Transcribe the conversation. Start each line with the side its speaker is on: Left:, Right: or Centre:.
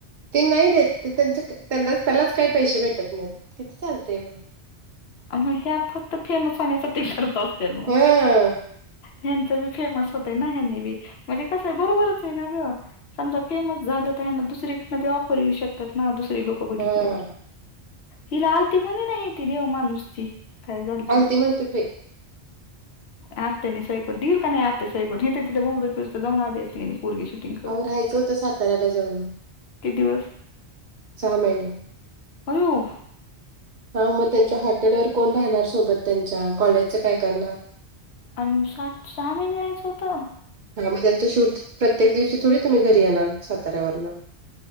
Right: ते नाई देत ते त्यांचे त्यांनाच, त्यालाच काय पैशे भेटत नाई किती चालतेय ओ
Left: मग, ह्या फक्त फेमस होण्यासाठी करत असत्याल मग
Right: हा
Left: ह्यांच बी फेमस होतंय ना ह्यांनी बी म्हणजे कसं ए, बरोबरच हाय ना गं समजा फेमस झालं, तर यांना दुसरीकडनं बी ऑफर येऊ शक त्यात ना दुसरी लोकं बघितल्यावर
Right: हा
Left: हिला आलती म्हणं ना, ही ती देव माणूसची काय झालतं?
Right: आलती म्हणतात बाई
Left: आत्या न सई करून दिल कणी आत्या सई हितं तिथं <unintelligible> बसतो, जाऊन आली असती की नई पोरगी करून
Right: अहो, राहायचं होतं साताऱ्याला जाऊन.
Left: किती दिवस
Right: सहा महिने
Left: होय.
Right: हा मग त्यांच्या हॉटेलवर कोण राहणार सोबत त्यांच्या कॉलेजच काय करणार?
Left: हा म सा सहा महिने रहायचं होतं.
Right: हा मग त्यांचं शूट प्रत्येक दिवशी थोडी तुम्ही घरी येणार साताऱ्यावरनं